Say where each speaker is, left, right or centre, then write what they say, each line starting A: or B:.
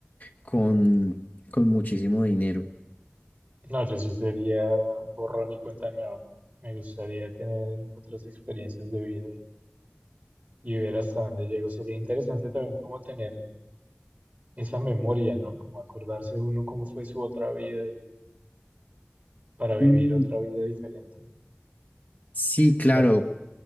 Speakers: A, on the left; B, on the right.
A: con, con muchísimo dinero.
B: No, yo sí sería borrón y cuenta nueva. Me gustaría tener otras experiencias de vida y, y ver hasta dónde llego. Sería interesante también como tener esa memoria, ¿no? Como acordarse uno cómo fue su otra vida y para vivir
A: Mm,
B: otra vida diferente. O
A: Sí, claro,
B: sea,